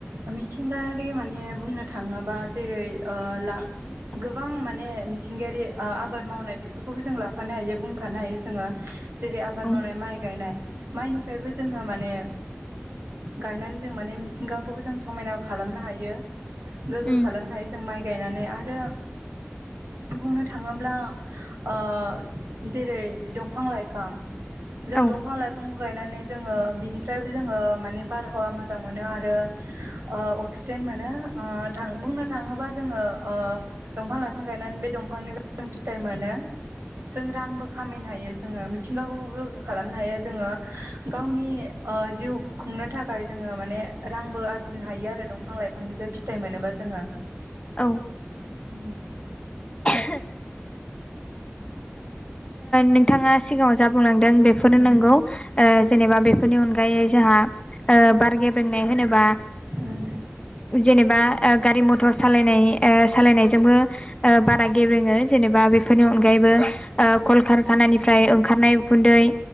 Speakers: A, on the right; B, on the left.
A: मिथिंगायारि माने बुंनो थांङोबा जेरै ओ ला गोबां माने मिथिंगायारि ओ आबाद मावनाय बेफोरखौबो जों लाफानो हायो बुंफानो हायो जोंङो जेरै आबाद
B: औ
A: मावनाय माइ गायनाय माइनिफायबो जोंङो माने गायनानै जों माने मिथिंगाखौबो जों समायना खालामनो हायो गोग्गो
B: उम
A: खालामनो हायो जों माइ गायनानै आरो बुंनो थांङोब्ला ओ जेरै दंफां लाइफां जों
B: औ
A: दंफां लाइफां गायनानै जोङो बिनिफ्रायबो जोङो माने बारहावा मोजां मोनो आरो ओ अक्सिजेन मोनो ओ नोंथां बुंनो थाङोबा जोङो ओ दंफां लाइफां गायनानै बे दंफांनिफ्राय जों फिथाइ मोनो। जों रांबो खामायनो हायो जोङो मिथिंगाखौ गोग्गो खालामनो हायो जोङो गावनि ओ जिउ खुंनो थाखाय जोङो माने रांबो आरजिनो हायो आरो दंफां लाइफांनिफ्राय फिथाइ मोनोबा जोङो
B: औ
A: उम
B: <unintelligible> नोंथाङा सिगाङाव जा बुंलांदों बेफोरो
A: उम
B: नंगौ ओ जेनेबा बेफोरनि अनगायै जों हा बार गेब ब्रेंनाय होनोबा
A: उम
B: जेनेबा गारि मथर सालायनाय सालायनायजोंबो बारा गेब्रेङो जेनेबा बेफोरनि अनगायैबो कलकारखानानिफ्राय ओंखारनाय उखुन्दै